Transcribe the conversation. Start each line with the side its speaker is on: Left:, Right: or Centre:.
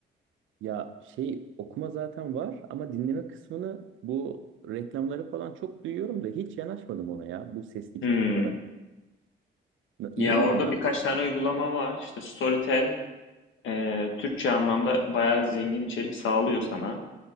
Right: Ya şey okuma zaten var ama dinleme kısmını bu reklamları falan çok duyuyorum da hiç yanaşmadım ona ya bu sesli kitaplara.
Left: Hmm.
Right: Na- İyi
Left: Ya
Right: mi
Left: orada
Right: onlar
Left: birkaç
Right: peki?
Left: tane uygulama var. İşte Storytel e, Türkçe anlamda bayağı zengin içerik sağlıyor sana.